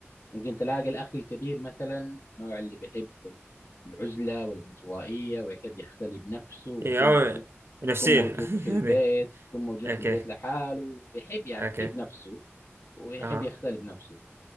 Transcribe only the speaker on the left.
ممكن تلاقي الأخ الكبير مثلا النوع اللي بيحب العزلة والانطوائية ويحب يختلي بنفسه ويكون
موجود
يكون موجود
في البيت
يكون موجود
في البيت لحاله بيحب يعني
بيحب نفسه ويحب
يختلي بنفسه